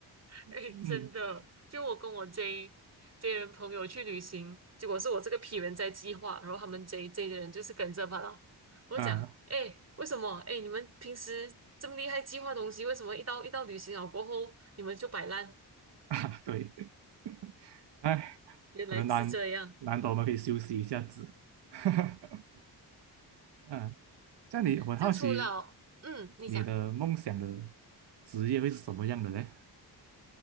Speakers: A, on the right; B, on the right.
A: 哎，
B: 嗯，
A: 真的，就我跟我 J J 人朋友去旅行，结果是我这个 P 人在计划，然后他们 J J 的人就是跟着罢了。我就讲，
B: 啊
A: 哎，为什么？哎，你们平时这么厉害计划东西，为什么一到一到旅行了过后，你们就摆烂？
B: <laughs>，对，<laughs> 哎。
A: 原来是这样。
B: 可能难难得我们可以休息一下子。<laughs> 嗯，这样你我很好奇，
A: 就除了，嗯，你讲
B: 你的梦想的职业会是什么样的嘞？